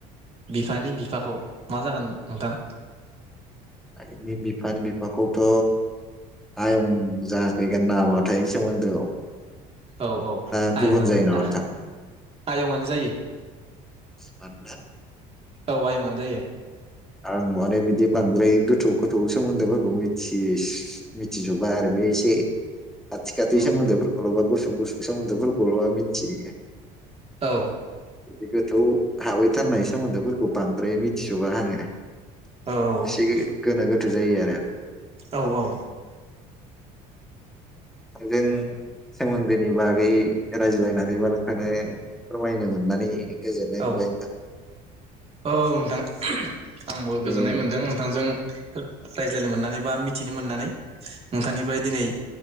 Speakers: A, on the right (about 35°); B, in the centre.
A: बिफानि बिफाखौ मा जागोन नोंथां?
B: आइनि बिफानि बिफाखौथ' आयं जाफैगोन नामाथाय सोमोन्दोआव।
A: औ औ
B: ना गुबुन
A: आयंआनो
B: जायो
A: जा
B: नामा नोंथां
A: आयंआनो जायो।
B: जिमाननो
A: औ आयङानो जायो।
B: आं माने बिदि बांद्राय गोथौ गोथौ सोमोन्दोफोरखौ मिथि मिथिजोबा आरो बे एसे खाथि खाथि
A: औ
B: सोमोन्दोफोरखौल'बा गुसुं गुसुं सोमोन्दोफोरखौल' मिथियो।
A: औ
B: बिदि गोथौ हाबैथारनाय सोमोन्दोफोरखौ बांद्राय मिथिजोबा आङो। <inaudible> एसे
A: औ
B: गो गोनो गो थो जायो आरो।
A: औ औ।
B: जों सोमोन्दोनि बागै रायज्लायनानै बा नोंथांनो फोरमायनो मोननानै गोजोननाय मोनबाय
A: औ
B: नोंथां।
A: औ नोंथां। आंबो
B: दिनै
A: गोजोननाय मोन्दों नोंथांजों रा-रायज्लायनो मोननानै बा मिथिनो मोननानै नोंथांनिफ्राय दिनै